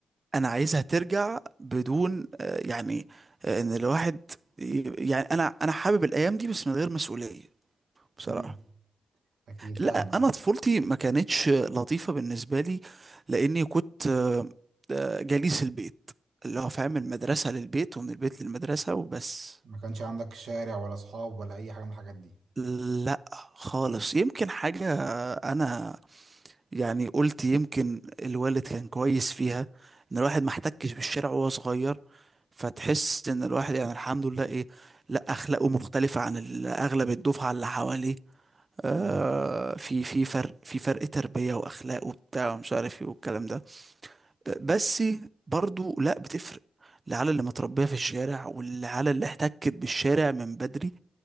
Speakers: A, on the right (about 40°); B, on the right (about 75°).
A: أنا عايزها ترجع بدون آه يعني آه إن الواحد ي- يعني أنا أنا حابب الأيام دي بس من غير مسؤولية بصراحة
B: مم. اكيد فاهمك
A: لا أنا طفولتي ما كانتش لطيفة بالنسبة لي لأني كنت آه آه، جليس البيت اللي هو فاهم المدرسة للبيت ومن البيت للمدرسة وبس
B: ما كانش عندك شارع ولا اصحاب ولا اي حاجه من الحاجات دي
A: لا خالص يمكن حاجة أنا يعني قلت يمكن الوالد كان كويس فيها إن الواحد ما احتكش بالشارع وهو صغير فتحس إن الواحد يعني الحمد لله إيه لا أخلاقه مختلفة عن ال- أغلب الدفعة اللي حواليه آه
B: مم.
A: في في فرق في فرق تربية وأخلاق وبتاع ومش عارف إيه والكلام ده بس برضو لا بتفرق العيال اللي متربية في الشارع والعيال اللي احتكت بالشارع من بدري